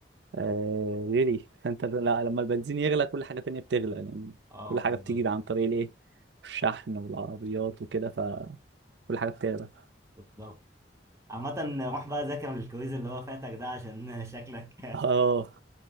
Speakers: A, on the right; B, on the right.
A: آه غلي فانت لا لما البنزين يغلى كل حاجه تانية بتغلى يعني
B: اه
A: كل
B: والله
A: حاجه بتيجي عن طريق الايه الشحن والعربيات وكده فكل حاجه بتغلى
B: بالظبط عامة روح بقى ذاكر الكويز اللي هو فاتك ده عشان شكلك
A: اه